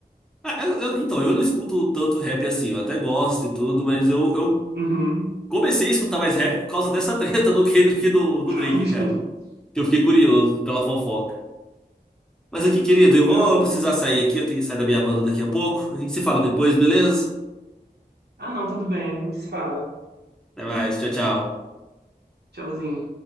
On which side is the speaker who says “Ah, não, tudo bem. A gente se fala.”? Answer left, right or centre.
Right